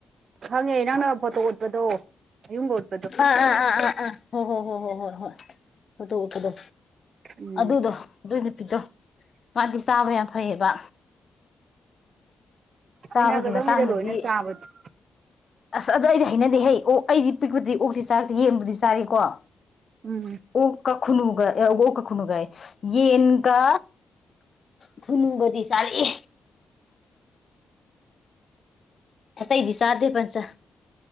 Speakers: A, on the right; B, on the left.
A: ꯈꯪꯉꯦ ꯅꯪꯅ ꯐꯣꯇꯣ ꯎꯠꯄꯗꯣ <unintelligible>
B: ꯑꯥ ꯑꯥ ꯑꯥ ꯑꯥ ꯑꯥ ꯍꯣ ꯍꯣ ꯍꯣ ꯍꯣ ꯍꯣ ꯍꯣꯏ ꯑꯣꯇꯣꯎꯞꯄꯗꯣ
A: ꯎꯝ
B: ꯑꯗꯨꯗꯣ ꯑꯗꯨꯏ ꯅꯨꯄꯤꯠꯇꯣ ꯃꯥꯗꯤ ꯆꯥꯕ ꯌꯥꯝ ꯐꯩꯌꯦꯕ ꯆꯥꯕꯒꯤ
A: ꯍꯩꯅꯒꯗꯝꯅꯤꯗ
B: ꯃꯇꯥꯡꯗꯗꯤ
A: ꯂꯣꯏꯅ ꯆꯥꯕꯗꯤ
B: ꯑꯁ ꯑꯗꯣ ꯑꯩꯗꯤ ꯍꯩꯅꯗꯦ ꯍꯩ ꯑꯣꯛ ꯑꯩꯗꯤ ꯄꯤꯛꯄꯗꯤ ꯑꯣꯛꯇꯤ ꯆꯥꯔꯛꯇꯦ ꯌꯦꯡꯕꯨꯗꯤ ꯆꯥꯔꯦꯀꯣ
A: ꯎꯝ
B: ꯑꯣꯛ ꯀ ꯈꯨꯅꯒ ꯑꯣ ꯑꯣꯛꯀ ꯈꯨꯅꯨꯒꯌꯦ ꯌꯦꯟꯒ ꯊꯨꯅꯨꯒꯗꯤ ꯆꯔꯛꯑꯦ ꯑꯇꯩꯩꯗꯤꯆꯗꯦ ꯄꯟꯆ